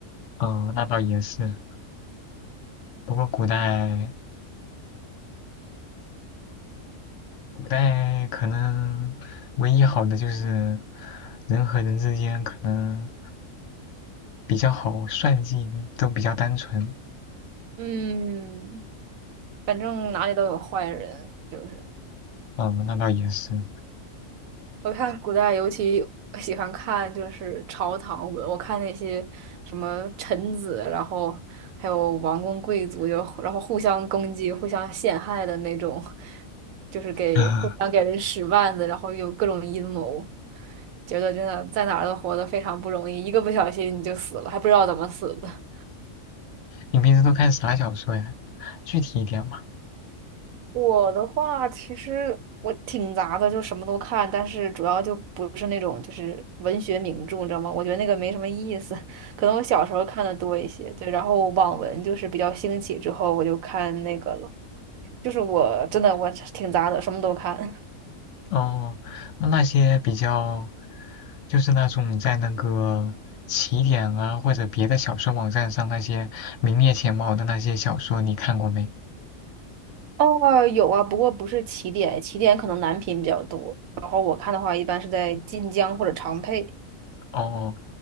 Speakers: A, on the left; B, on the right.
A: 哦，那倒也是。不过古代古代可能唯一好的就是人和人之间可能比较好算计，都比较单纯。
B: <laughs> 嗯，反正哪里都有坏人，就是。
A: 嗯，那倒也是。
B: 我看古代尤其喜欢看就是朝堂文，我看那些什么臣子，然后还有王公贵族，就然后互相攻击、互相陷害的那种，就是给互相给人使绊子，
A: <laughs>
B: 然后有各种阴谋，觉得真的在哪儿都活得非常不容易，一个不小心你就死了，还不知道怎么死的。
A: 你平时都看啥小说呀？具体一点嘛。
B: 我的话，其实我挺杂的，就什么都看，但是主要就不是那种就是文学名著，你知道吗？我觉得那个没什么意思。可能我小时候看的多一些，对，然后网文就是比较兴起之后，我就看那个了。就是我真的我挺杂的，什么都看。<laughs>
A: 哦，那那些比较，就是那种在那个起点啊或者别的小说网站上那些名列前茅的那些小说，你看过没？
B: 哦，有啊，不过不是起点，起点可能男频比较多，然后我看的话一般是在晋江或者长佩。
A: 哦，